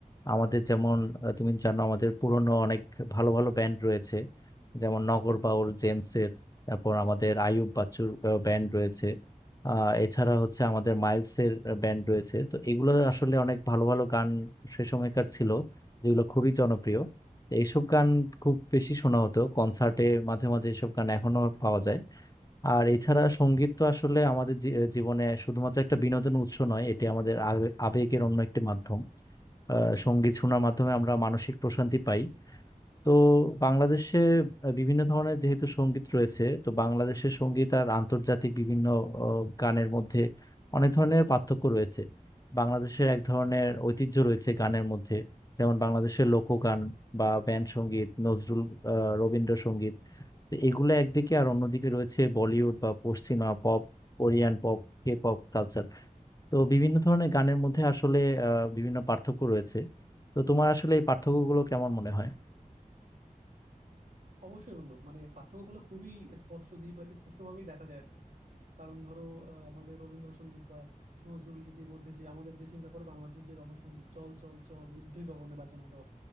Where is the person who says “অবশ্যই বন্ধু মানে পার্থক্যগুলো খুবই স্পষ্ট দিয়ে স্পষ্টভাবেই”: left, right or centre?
Right